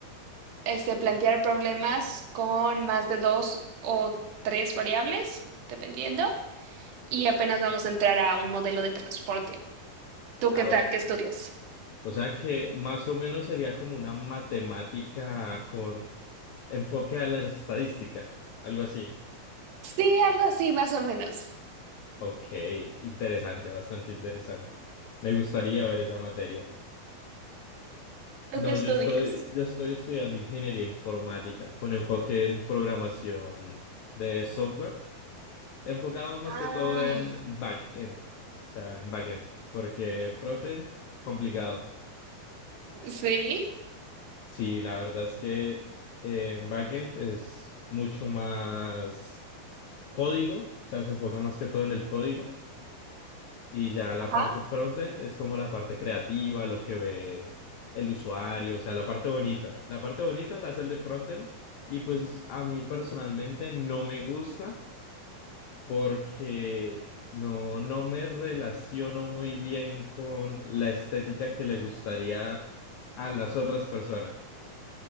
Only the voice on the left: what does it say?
Ah,
ok.
O sea que más o menos sería como una matemática con enfoque a la estadística, algo así.
Ok, interesante, bastante interesante. Me gustaría ver esa materia.
No,
yo estoy, yo estoy estudiando ingeniería informática con enfoque en programación de software, enfocado más
que todo en backend, o sea, en backend, porque frontend, complicado.
Sí, la verdad es que en backend es mucho más código, o sea, se enfoca más que todo en el código Y ya la
parte frontend es como la parte creativa, lo que ve el usuario, o sea, la parte bonita. La parte bonita la hace el de frontend y pues a mí personalmente no me gusta porque no, no me relaciono muy bien con la estética que le gustaría a las otras personas,